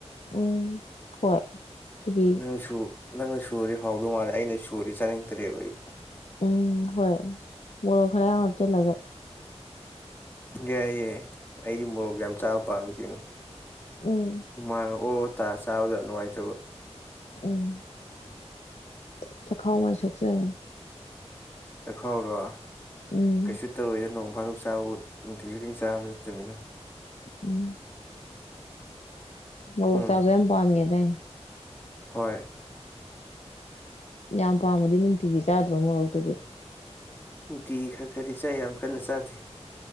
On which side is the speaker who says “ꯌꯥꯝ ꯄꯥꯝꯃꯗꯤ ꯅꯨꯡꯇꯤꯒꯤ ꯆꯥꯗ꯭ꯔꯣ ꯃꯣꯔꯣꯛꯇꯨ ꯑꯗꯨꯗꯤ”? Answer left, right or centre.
Left